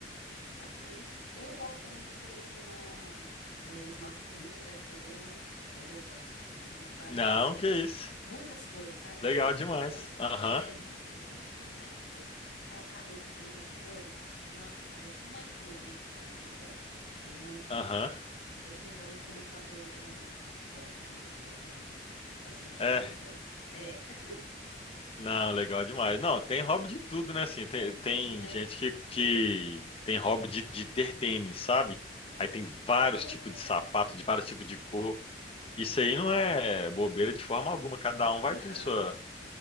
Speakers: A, on the left; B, on the left.
A: Bacana. Eu gosto também de colecionar é, esmalte de unha, parece bobeira, né? Mas eu gosto de colecionar várias,
B: Não,
A: assim.
B: que isso.
A: Muitas cores, sabe?
B: Legal
A: Pra...
B: demais.
A: Nossa,
B: Aham,
A: é muito, muito, muito. Quanto mais cores, aquela paleta bonita de cores. Nossa, é tipo manicure, né? Que você vai na manicure, tem um monte de
B: aham.
A: cor. Eu sou, então, eu também sou a doida da unha também. Gosto também de colecionar bastante
B: É.
A: cores aí. É, <laughs>
B: Não, legal demais. Não, tem hobby de tudo, né? Assim, tem,
A: de
B: tem
A: tudo, né?
B: gente que, que tem hobby de, de ter tênis, sabe? Aí tem vários
A: É
B: tipos
A: verdade.
B: de sapato, de vários tipos de cor. Isso aí não é bobeira de forma alguma. Cada um
A: Não.
B: vai ter sua,